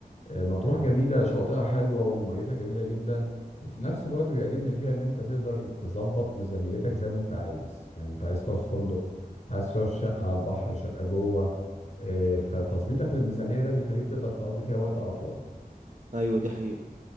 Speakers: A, on the left; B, on the right.
A: آه مطروح جميله شواطئها حلوه وميتها جميله جدا وفي نفس الوقت بيعجبني فيها ان انت تقدر تظبط ميزانيتك زي ما انت عايز يعني انت عايز تقعد في فندق عايز تقعد في شقه على البحر شقه جوه آه فتظبيطك للميزانيه ده بيخليك تقدر تقضي فيها وقت اطول
B: ايوه دي حقيقه